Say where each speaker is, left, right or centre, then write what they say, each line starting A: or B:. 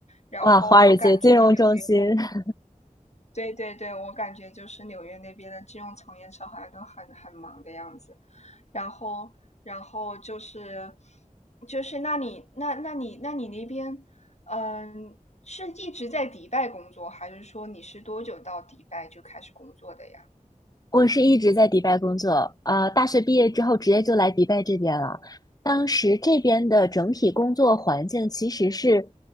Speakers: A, on the left (about 55°); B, on the left (about 30°).
A: 然后我感觉纽约的，
B: <laughs> 哇，华尔街金融中心，<laughs>
A: 对对对，我感觉就是纽约那边的金融从业者好像都很很忙的样子。然后然后就是就是那你那那你那你那边嗯、呃是一直在迪拜工作，还是说你是多久到迪拜就开始工作的呀？
B: 我是一直在迪拜工作，呃，大学毕业之后直接就来迪拜这边了。当时这边的整体工作环境其实是